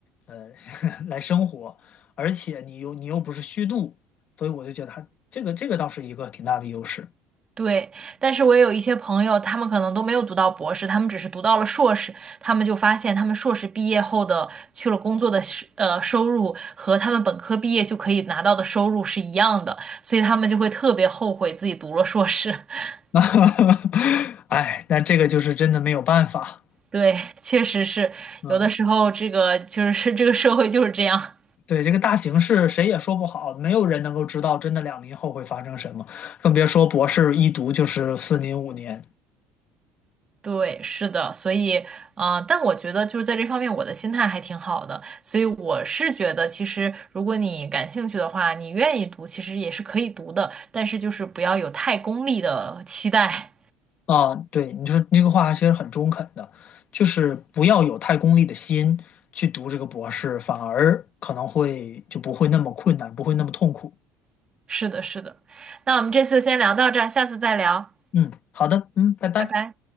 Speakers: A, on the left (about 50°); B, on the right (about 30°).
A: 呃，<laughs> 来生活，而且你又你又不是虚度，所以我就觉得他这个这个倒是一个挺大的优势。
B: 对，但是我也有一些朋友，他们可能都没有读到博士，他们只是读到了硕士，他们就发现他们硕士毕业后的去了工作的是呃收入和他们本科毕业就可以拿到的收入是一样的，所以他们就会特别后悔自己读了硕士。<laughs>
A: <laughs> 哎，但这个就是真的没有办法。
B: 对，确实是，
A: 嗯，
B: 有的时候这个就是这个社会就是这样。
A: 对，这个大形势谁也说不好，没有人能够知道真的两年后会发生什么，更别说博士一读就是四年五年。
B: 对，是的，所以，呃，但我觉得就是在这方面，我的心态还挺好的，所以我是觉得，其实如果你感兴趣的话，你愿意读，其实也是可以读的，但是就是不要有太功利的期待。
A: 啊，对，你就是那个话其实很中肯的，就是不要有太功利的心去读这个博士，反而可能会就不会那么困难，不会那么痛苦。
B: <laughs> 是的，是的。那我们这次就先聊到这儿，下次再聊，
A: 嗯，好的，嗯，拜拜。
B: 拜拜。